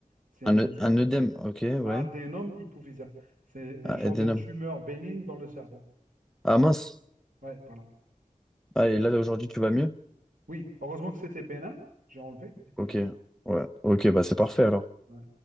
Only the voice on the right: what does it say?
C'est un
genre
adénome
hypophysaire. C'est un
genre
de tumeur bénigne dans le cerveau.
Ouais, voilà.
Oui, heureusement que c'était bénin, j'ai enlevé, et puis
voilà.
Ouais.